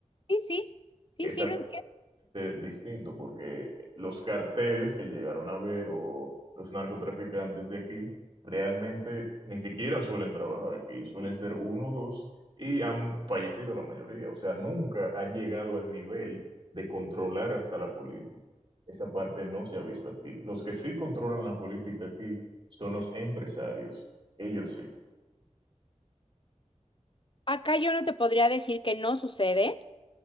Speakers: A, on the left; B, on the right.
A: Sí, sí, sí,
B: Que es
A: sí lo entiendo.
B: distinto, porque los carteles que llegaron a ver o los narcotraficantes de aquí realmente ni siquiera suelen trabajar aquí, suelen ser uno o dos y han fallecido la mayoría, o sea, nunca han llegado al nivel de controlar hasta la política. Esa parte no se ha visto aquí. Los que sí controlan la política aquí son los empresarios, ellos sí,
A: Acá yo no te podría decir que no sucede,